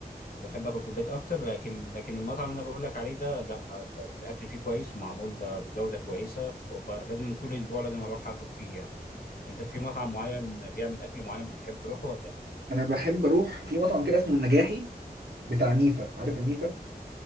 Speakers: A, on the left; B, on the right.
A: بحب اكل في البيت اكتر لكن لكن المطعم اللي انا بقول لك عليه ده لا الاكل فيه كويس ومعمول بجوده كويسه فب- لازم كل اسبوع لازم اروح اكل فيه يعني انت في مطعم معين بيعمل اكل معين بتحب تروحه ولا
B: انا بحب اروح في مطعم كده اسمه النجاحي بتاع نيفه عارف النيفه